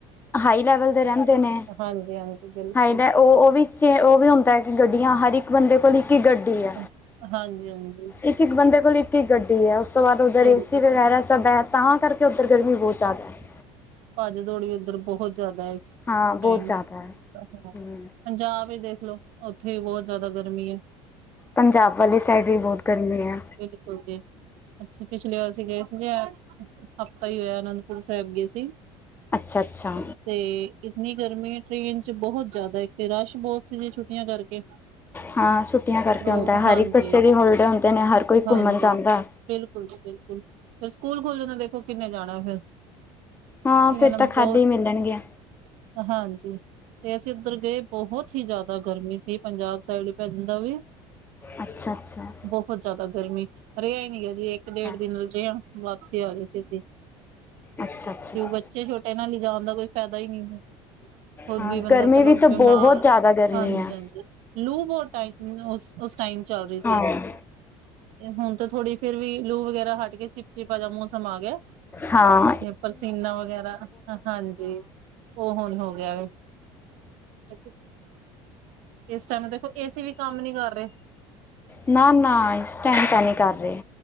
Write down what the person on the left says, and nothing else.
ਹਾਈ ਲੈਵਲ ਦੇ ਰਹਿੰਦੇ ਨੇ
ਹਾਈ ਲੈ ਓ, ਓ ਵੀ 'ਚ ਓ ਵੀ ਹੁੰਦਾ ਐ ਕਿ ਗੱਡੀਆਂ ਹਰ ਇੱਕ ਬੰਦੇ ਕੋਲ ਇੱਕ ਇੱਕ ਗੱਡੀ ਐ।
ਇੱਕ ਇੱਕ ਬੰਦੇ ਕੋਲ ਇੱਕ ਇੱਕ ਗੱਡੀ ਐ ਉਸ ਤੋਂ ਬਾਦ ਉੱਧਰ
ਏ ਸੀ ਵਗੈਰਾ ਸਭ ਐ ਤਾਂ ਕਰਕੇ ਕੇ ਉੱਧਰ ਗਰਮੀ ਬੋਤ ਜਾਦਾ ਐ।
ਹਾਂ ਬਹੁਤ
ਜ਼ਿਆਦਾ
ਹੈ ਹਮ
ਪੰਜਾਬ ਵਾਲੀ ਸਾਈਡ ਵੀ ਬੋਤ ਗਰਮੀ ਐ।
ਅੱਛਾ-ਅੱਛਾ।
ਹਾਂ ਛੁੱਟੀਆਂ ਕਰਕੇ
ਹੁੰਦਾ,
ਹਰ ਇੱਕ ਬੱਚੇ ਦੇ ਹੋਲੀਡੇ ਹੁੰਦੇ ਨੇ, ਹਰ ਕੋਈ
ਘੁੰਮਨ ਜਾਂਦਾ।
ਹਾਂ
ਫਿਰ
ਤਾਂ ਖਾਲੀ
ਮਿਲਣਗੇ
<inaudible> ਅੱਛਾ-ਅੱਛਾ।
ਅੱਛਾ
ਅੱਛਾ ਅੱਛਾ
ਹਾਂ
ਗਰਮੀ
ਵੀ ਤਾਂ
ਬਹੁਤ ਜ਼ਿਆਦਾ ਗਰਮੀ
ਹੈ
ਹਾਂ।
ਹਾਂ।
ਨਾ-ਨਾ, ਇਸ ਟੈਮ ਤਾਂ ਨਈਂ ਕਰ ਰਏ,